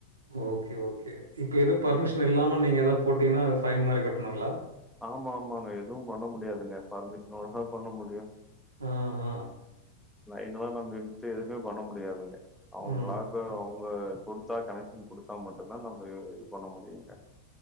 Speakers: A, on the right; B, in the centre.
A: ஓகே ஓகே இப்ப எது பர்மிஷன்
B: ம்.
A: இல்லாம நீங்க ஏதாவ போட்டீங்கானா அது ஃபைன் மாரி கட்டணும்ங்களா
B: ஆமா ஆமாங்க எதுவும் பண்ண முடியாதுங்க பர்மிஷனோடதான் பண்ண முடியும்
A: ஆ ஆ
B: லைன்ல்லாம் நம்ம இழுத்து எதுவுமே பண்ண முடியாதுங்க அவுங்களா
A: ம்.
B: ப அவங்க குடு த்தா கனெக்க்ஷன் குடுத்தா மட்டும்தான் நம்ம இது பண்ண முடியுங்க